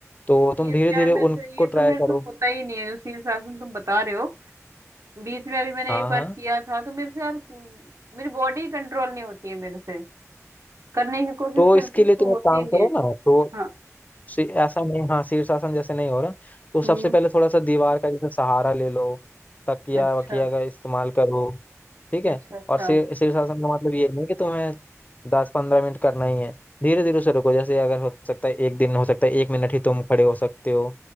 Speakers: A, on the left; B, on the right.
A: तो तुम
B: ये
A: धीरे
B: तो
A: धीरे
B: यार
A: उनको
B: मेरे से ये
A: ट्राई
B: तो मेरे
A: करो
B: से होता ही नहीं है जो शीर्ष आसन तुम बता रहे हो बीच में अभी मैंने
A: हाँ
B: एक बार
A: हाँ
B: किया था तो मेरे से यार हम्म, मेरी बॉडी कंट्रोल नहीं होती है मेरे से करने की कोशिश
A: तो
B: करती
A: इसके
B: हूँ
A: लिए तुम
B: तो
A: एक
B: होती
A: काम
B: ही नहीं
A: करो
B: है
A: ना तो
B: हाँ
A: शी- ऐसा नहीं हाँ शीर्षासन जैसे नहीं हो रहा तो सबसे
B: हम्म
A: पहले थोड़ा सा दीवार का जैसे सहारा ले लो तकिया
B: अच्छा
A: वकिया का इस्तेमाल करो ठीक
B: अच्छा
A: है
B: अच्छा
A: और शी- शीर्षासन का मतलब ये नहीं कि तुम्हें दस पंद्रह मिनट करना ही है धीरे धीरे से रुको जैसे अगर हो सकता है एक दिन हो सकता है एक मिनट ही तुम खड़े हो सकते हो